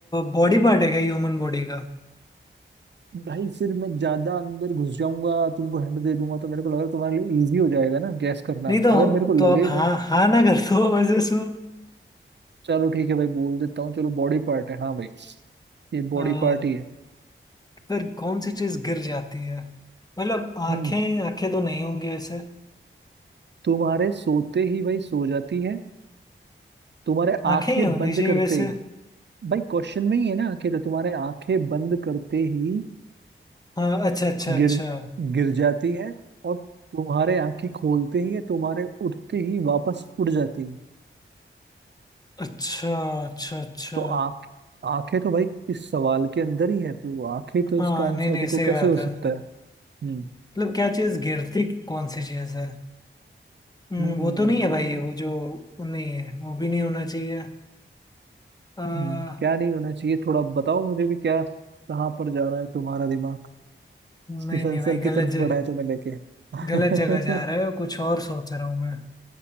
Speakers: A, on the left; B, on the right.
A: बॉडी पार्ट है क्या ह्यूमन बॉडी का
B: भाई फिर मैं ज्यादा अंदर घुस जाऊंगा तुमको हिंट दे दूंगा तो मेरे को लग रहा है तुम्हारे लिए इजी हो जाएगा ना गैस करना
A: नहीं तो
B: अगर मेरे को
A: तो
B: लगेगा
A: आप हाँ हाँ ना कर दो बस इसमें
B: चलो ठीक है भाई बोल देता हूँ चलो बॉडी पार्ट है हाँ भाई ये
A: अ,
B: बॉडी पार्ट ही है
A: फिर कौन सी चीज गिर जाती है मतलब आंखें
B: हम्म
A: आंखें तो नहीं होंगी वैसे
B: तुम्हारे सोते ही भाई सो जाती है तुम्हारे आंखें
A: आंखें ही होनी
B: बंद
A: चाहिए
B: करते
A: वैसे
B: ही भाई क्वेश्चन में ही है ना कि तो तुम्हारे आंखें बंद करते ही
A: हाँ अच्छा अच्छा अच्छा
B: गिर गिर जाती है और तुम्हारे आंखें खोलते ही या तुम्हारे उठते ही वापस उड़ जाती है
A: अच्छा अच्छा अच्छा
B: तो आंख आंखें तो भाई इस सवाल के अंदर ही है तो आंखें तो
A: हाँ
B: इसका आंसर
A: नहीं नहीं
B: देखो
A: सही बात
B: कैसे हो
A: है
B: सकता है हम्म
A: मतलब क्या चीज गिरती कौन सी चीज है हम्म,
B: हम्म
A: वो तो नहीं है भाई वो जो नहीं है वो भी नहीं होना चाहिए आ,
B: हम्म, क्या नहीं होना चाहिए थोड़ा बताओ मुझे भी क्या कहाँ पर जा रहा है तुम्हारा दिमाग
A: नहीं
B: किस
A: नहीं
B: आंसर
A: भाई
B: की
A: गलत
B: तरफ
A: ज,
B: बढ़ा है तुम्हें लेके <laughs>
A: गलत जगह जा रहे हो कुछ और सोच रहा हूँ मैं